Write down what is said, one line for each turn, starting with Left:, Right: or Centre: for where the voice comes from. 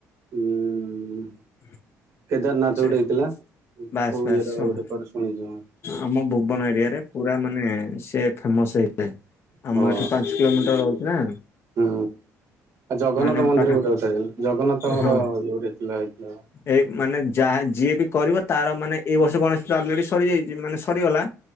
Right: ଉ
Left: <inaudible>
Right: କେଦାରନାଥ୍
Left: ସେ
Right: ଗୋଟେ ହେଇଥିଲା
Left: ବାସ୍
Right: କୋଉ
Left: ବାସ୍
Right: ଇଏର
Left: ସବୁ
Right: ଗୋଟେର ଶୁଣଚି ମୁଁ
Left: ଆମ ଭୁବନ ଏରିଆ ରେ ପୁରା ମାନେ ସେ ଫେମସ ହେଇଚି। ଆମ
Right: ହଁ
Left: ଏଠୁ ପାଞ୍ଚ କିଲୋମିଟର <unintelligible> ନା।
Right: ହୁଁ ଆଉ ଜଗନ୍ନାଥ
Left: ମାନେ
Right: ମନ୍ଦିର
Left: ପାଖା
Right: ଗୋଟେ କଥାଥିଲା ଜଗନ୍ନାଥ ଆମର
Left: ହଁ।
Right: ଇଏ ଗୋଟେ ଥିଲା ଏଇଥିଲା
Left: ଏ ମାନେ ଯାହା ଯିଏ ବି କରିବ ତାର ମାନେ ଏଇ ବର୍ଷ ଗଣେଶ୍ ପୁଜା ଅଲରେଡି ସର୍ ସରିଯାଇଚି ମାନେ ସରିଗଲା